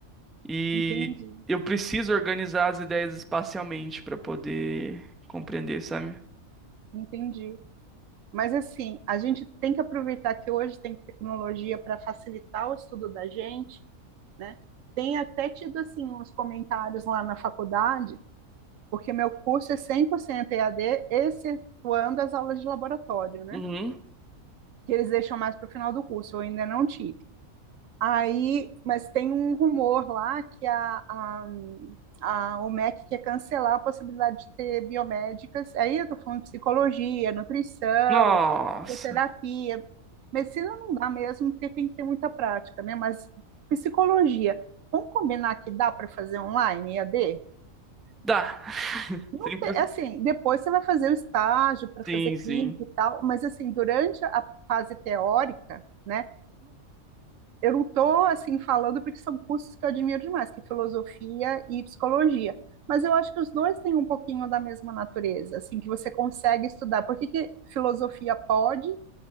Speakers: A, in the centre; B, on the right (about 70°).
A: E
B: entendi,
A: eu preciso organizar as ideias espacialmente pra poder compreender, sabe?
B: entendi. Mas assim, a gente tem que aproveitar que hoje tem tecnologia para facilitar o estudo da gente, né? Tem até tido assim uns comentários lá na faculdade, porque meu curso é 100% EAD, excetuando as aulas de laboratório, né?
A: Uhum.
B: Que eles deixam mais para o final do curso, eu ainda não tive. Aí, mas tem um rumor lá que a, a, a OMEC quer cancelar a possibilidade de ter biomédicas. Aí eu estou falando de psicologia, nutrição,
A: Nossa,
B: bioterapia. Medicina não dá mesmo, porque tem que ter muita prática, né? Mas psicologia, vamos combinar que dá para fazer online, EAD?
A: dá. <laughs>
B: Não
A: 100%.
B: te- é assim, depois você vai fazer o estágio para
A: Sim,
B: fazer clínica
A: sim.
B: e tal, mas assim, durante a fase teórica, né? eu não estou assim falando porque são cursos que eu admiro demais, que é filosofia e psicologia. Mas eu acho que os dois têm um pouquinho da mesma natureza, assim, que você consegue estudar. Por que que filosofia pode